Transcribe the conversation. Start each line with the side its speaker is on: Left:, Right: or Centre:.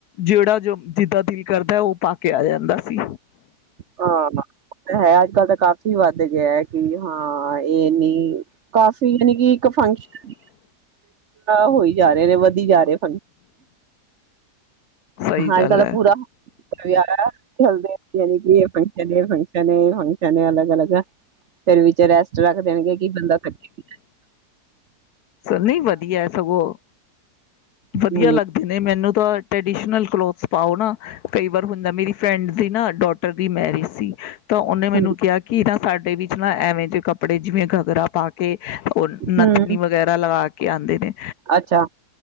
Left: ਜਿਹੜਾ ਜੋ ਜਿੱਦਾਂ ਦਿਲ ਕਰਦਾ ਉਹ ਪਾ ਕਿਹਾ ਜਾਂਦਾ ਸੀ
Right: ਹਾਂ ਹੈ ਅੱਜ ਕੱਲ ਤਾਂ ਕਾਫ਼ੀ ਵੱਧ ਗਿਆ ਕਿ ਹਾਂ ਇਹ ਨਹੀਂ ਕਾਫੀ ਯਾਨੀ ਕਿ ਇੱਕ ਫੰਕਸ਼ਨ ਹੋਈ ਜਾ ਰਹੇ ਨੇ ਵਧੀ ਜਾ ਰਹੇ ਹਾਂ
Left: ਸਹੀ ਗੱਲ
Right: ਅੱਜ ਕੱਲ ਦਾ
Left: ਹੈ
Right: ਪੂਰਾ ਵਿਹ ਚੱਲਦੇ ਯਾਨੀ ਕਿ ਇਹ ਫੰਕਸ਼ਨ ਹੈਏ ਫੰਕਸ਼ਨ ਹੈ ਫੰਕਸ਼ਨ ਹੈਏ ਅਲਗ ਅਲਗ ਸਰ ਵਿਚ ਰ ਰੱਖ ਦੇਣਗੇ ਕਿ ਬੰਦਾ ਕੱੇ
Left: ਨਹੀਂ ਵਧੀਆ ਸਗੋਂ ਵਧੀਆ
Right: ਹੂੰ
Left: ਲੱਗਦੇ ਨੇ ਮੈਨੂੰ ਤਾਂ ਟਡੀਸ਼ਨਲ ਕਲੋਥਸ ਪਾਓ ਨਾ ਕਈ ਵਾਰ ਹੁੰਦਾ ਮੇਰੀ ਫਰੈਂਡ ਸੀ ਨਾ ਡੋਟਰ ਦੀ ਮੈਰਿਜ ਸੀ ਤਾਂ ਉਹਨੇ ਮੈਨੂੰ
Right: ਹੂੰ
Left: ਕਿਹਾ ਕਿ ਨਾ ਸਾਡਾ ੇ ਵਿੱਚ ਨਾ ਐਵੇਂ ਜਿਹੇ ਕੱਪੜੇ ਜਿਵੇਂ ਘੱਗਰਾ ਪਾ ਕੇ ਉਹ ਨਥਨੀ
Right: ਹੂੰ,
Left: ਵਗੈਰਾ ਲਗਾ ਕੇ ਕੇ ਆਉਂਦੇ ਨੇ
Right: ਅੱਛਾ